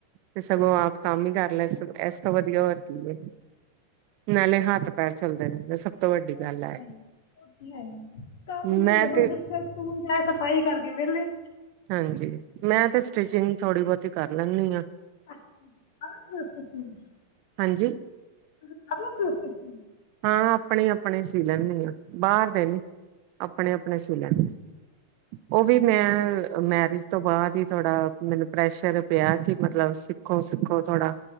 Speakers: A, on the right; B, on the left.
A: ਤੇ ਸਗੋਂ ਆਪ ਕੰਮ ਹੀ ਕਰ ਲੈ ਇਸ ਤੋਂ ਵਧੀਆ ਹੋਰ ਕੀ ਏ। ਨਾਲੇ ਹੱਥ-ਪੈਰ ਚੱਲਦੇ ਰਹਿੰਦੇ। ਤੋਂ ਵੱਡੀ
B: ਹਾਂਜੀ
A: ਗੱਲ ਹੈ
B: ਲੈ ਆਉਨੀ ਆ ਕੰਮ
A: ਮੈਂ
B: ਕੀ ਹੁੰਦਾ
A: ਤੇ
B: ਬਸ ਬੱਚੇ ਸਕੂਲ ਜਾਏ ਸਫ਼ਾਈ ਕਰਕੇ ਵਿਹਲੇ।
A: ਹਾਂਜੀ, ਮੈਂ ਤੇ ਸਟਿਚਿੰਗ ਥੋੜ੍ਹੀ ਬਹੁਤੀ ਕਰ ਲੈਂਨੀ ਆ।
B: ਅੱਛਾ <unintelligible> ਸਟੀਚਿੰਗ
A: ਹਾਂਜੀ
B: ਤੁਸੀਂ ਕਰ ਲੈਂਦੇ ਓ ਸਟੀਚਿੰਗ?
A: ਹਾਂ ਆਪਣੇ-ਆਪਣੇ ਸੀ ਲੈਂਨੀ ਆ, ਬਾਹਰ ਦੇ ਨੀ, ਆਪਣੇ-ਆਪਣੇ ਸੀ ਲੈਨੀ। ਉਹ ਵੀ ਮੈਂ ਮੈਰਿਜ ਉਸ ਤੋਂ ਬਾਅਦ ਹੀ ਥੋੜਾ ਮੈਨੂੰ ਪ੍ਰੈਸ਼ਰ ਪਿਆ ਕਿ ਮਤਲਬ ਸਿੱਖੋ-ਸਿੱਖੋ ਥੋੜਾ,